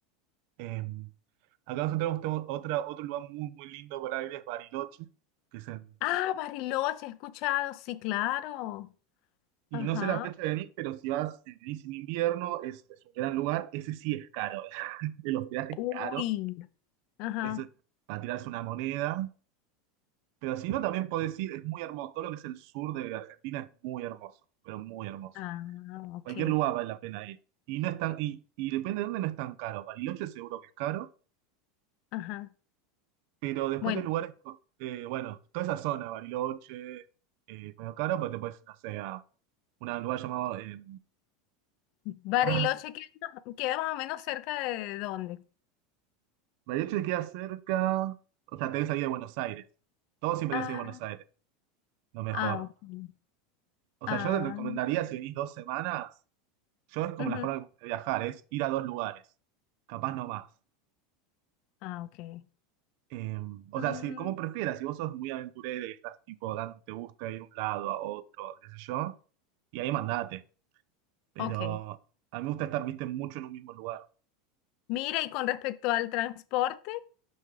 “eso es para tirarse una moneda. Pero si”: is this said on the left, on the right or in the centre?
Right